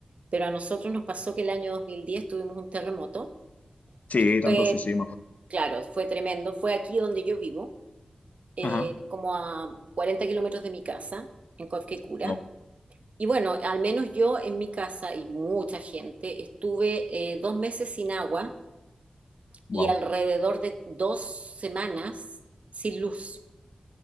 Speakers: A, on the right (about 55°); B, on the left (about 65°).
A: pero a nosotros nos pasó que el año 2010 tuvimos un terremoto,
B: sí,
A: que fue,
B: tanto sí, sí, me acuerdo.
A: claro, fue tremendo. Fue aquí donde yo vivo, eh,
B: Ajá.
A: como a 40 kilómetros de mi casa, en Cobquecura.
B: Wow,
A: Y bueno, al menos yo en mi casa y mucha gente estuve eh, dos meses sin agua
B: wow,
A: y alrededor de dos semanas sin luz.